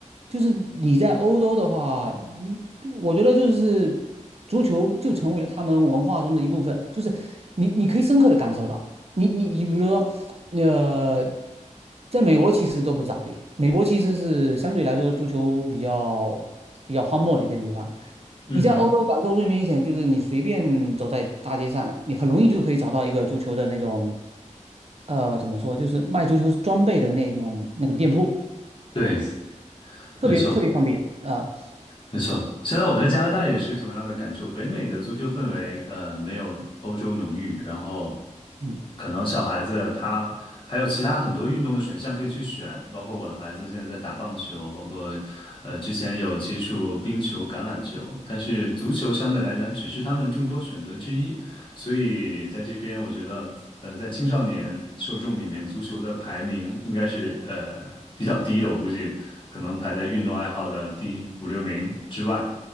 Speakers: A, on the right; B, on the left.
A: 就是你在欧洲的话，你我觉得就是足球就成为了他们文化中的一部分，就是你你可以深刻的感受到，你你你比如说，呃，在美国其实都不咋地，美国其实是相对来说足球比较比较荒漠的一个地方，
B: 嗯哼，
A: 你在欧洲感受最明显就是你随便走在大街上，你很容易就可以找到一个足球的那种，呃，怎么说，就是卖足球装备的那种那个店铺，
B: 对，
A: 特别特别方便啊、
B: 没错没错。现在我在加拿大也是同样的感受，北美的足球氛围，呃，没有欧洲浓郁，然后
A: 嗯
B: 可能小孩子他还有其他很多运动的选项可以去选，包括我的孩子现在在打棒球，包括呃之前有接触冰球、橄榄球，但是足球相对来讲只是他们众多选择之一，所以在这边，我觉得，呃，在青少年受众里面，足球的排名应该是呃比较低的，我估计可能排在运动爱好的第五六名之外。